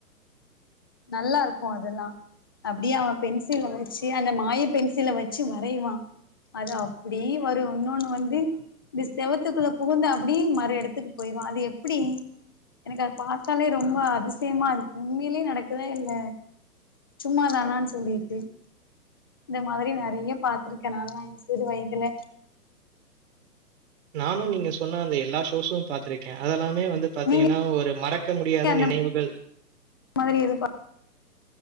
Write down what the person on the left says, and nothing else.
நல்லா இருக்கு அதெல்லா அப்டியே அவ பென்சில வச்சு அந்ணத மாய பென்சில வச்சு வரைவா அது அப்டி வரும் இன்னொண்ணு வந்து இந்த செவத்துக்குள்ள புகுந்து அப்டி மரு இடத்துக்கு போயிரு அது எப்டி எனக்கு அத பாத்தாலே ரொம்ப அதிசயமா இருக்கு உண்மையிலயே நட க்குத இல்ல சும்மா தானான்னு சொல்லிட்டு இந்த மாதிரி நெறைய பாத்திருக்கே நாலா எ சிறு வயதுல
நீங்க
அந்த
மாதிரி எது